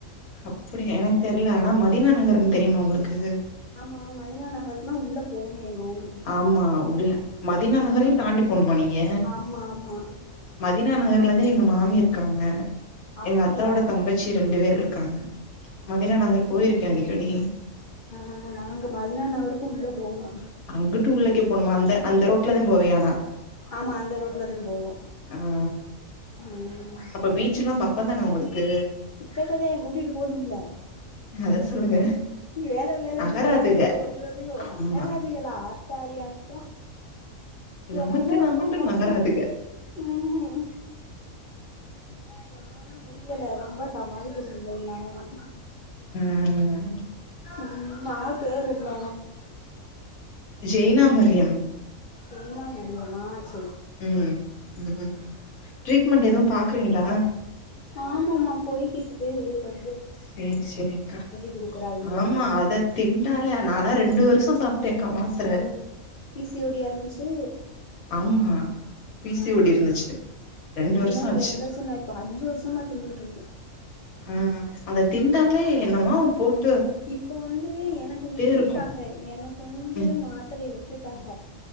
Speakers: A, on the left; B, on the left.
A: அப்டியா எனக்கு தெரில ஆனா மதினா நகர்ன்னு தெரியுமா ஒங்களுக்கு
B: ஆ மதினா நகருக்குன்னா உள்ள போணு எங்க ஊரு
A: ஆமா உள்ள மதினா நகரையு தாண்டி போணுமா நீங்க
B: ஆமா ஆமா
A: மதினா நகர்லதே எங்க மா மாமி இருக்காங்க
B: அப்டியா
A: எங்க அத்தாவோட தங்கச்சி ரெண்டு பேர் இருக்காங்க
B: ஆ
A: மதினா நகர் போயிருக்கே அடிக்கடி
B: ஆ நாங்க மதுரா நகருக்கு உள்ள போகணு
A: அங்குட்டு உள்ளக்கே போணுமா அந்த அந்த ரோட்ல தா போவே ஆனா
B: ஆமா அந்த ரோட்லதா போவோ
A: ஆ
B: ம்
A: அப்ப பீச்ல்லா பக்கந்தான ஒங்களுக்கு
B: கிட்டக்கதே கூட்டிட்டு போணும்ல்ல
A: அத சொல்லுங்க
B: வேல வேலன்ட்டு
A: நகராதுக
B: வேலன்ட்டு ஓடுறது ஒரு
A: ஆமா
B: நகராதுகளா ஆத் சாரி அக்கா
A: நமக்கு
B: எனக்குன்னே
A: நான்
B: ரொம்ப
A: மட்டு
B: மோசோ
A: நகராதுக
B: ம் ஏன்னா என்னால முடியல ரொம்ப சமாளிக்க முடியல என்னாலன்னா
A: ம்
B: ம் மகப் பேர் என்ன
A: ஜெய்னா மர்யம்
B: ஜெய்னா மரியமா சே
A: ம் ம் ட்ரீட்மெண்ட் எதுவு பாக்றீங்களா
B: ஆமாமா போய்கிட்டுதே இருக்கோ
A: சேரி சேரிங்க்கா
B: குடுக்குறாய்ங்க
A: ஆமா அத திண்டாலே நால்லா ரெண்டு வருஷோ நானு சாப்ட்டேக்கா மாத்தர
B: பி சி ஓ டியா இருந்துச்சி
A: ஆமா பி
B: ஆ
A: சி ஓ டி இருந்துச்சு ரெண்டு
B: முன்ன
A: வருஷோ ஆச்சு
B: ரெண்டு வருஷந்தா இப்ப அஞ்சி வருஷமா தின்னுட் ருக்கே
A: ஆ அத திண்டாலே என்னமா போட்
B: இப்ப வந்து எனக்கு விட்டுட்டாக
A: இருக்கு
B: எனக்கு வந்து
A: ம்
B: மாத்தரைய விட்டுட்டாக